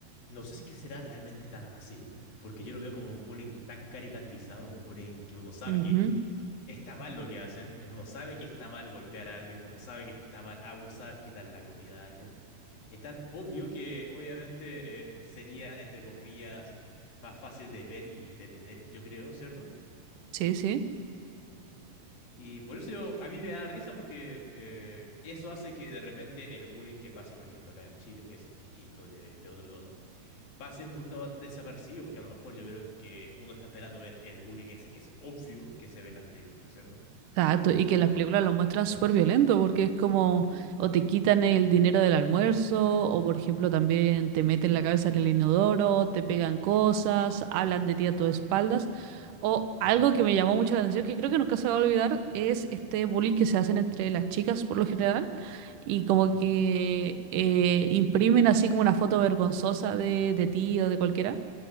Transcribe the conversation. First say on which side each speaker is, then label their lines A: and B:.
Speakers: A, on the left; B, on the right.
A: no sé si que será realmente tan así, porque yo lo veo como un bullying tan caricaturizado, un bullying que uno sabe
B: Ujú,
A: que Está mal lo que hacen. eh, Uno sabe que está mal golpear a alguien, uno sabe que está mal abusar, quitar la comida a alguien. Es tan obvio que obviamente eh, sería, entre comillas, más fácil de ver y detener, yo creo, ¿cierto?
B: Sí, sí.
A: Y por eso yo- a mí me da risa porque eh, eso hace que de repente el bullying que pasa, por ejemplo, acá en Chile, que es distinto de, de otro tono, pase un poquito más desapercibido, porque a lo mejor yo creo que uno está esperando ver el bullying ese que es obvio que se ve en las películas, cierto?
B: Exacto, y que las películas lo muestran súper violento porque es como o te quitan el dinero del almuerzo o por ejemplo también te meten la cabeza en el inodoro, te pegan cosas, hablan de ti a tus espaldas o algo
A: Ujú,
B: que me llamó mucho la atención que creo que nunca se va a olvidar es este bullying que se hacen entre las chicas por lo general y como
A: ujú.
B: que eh, imprimen así como una foto vergonzosa de, de ti o de cualquiera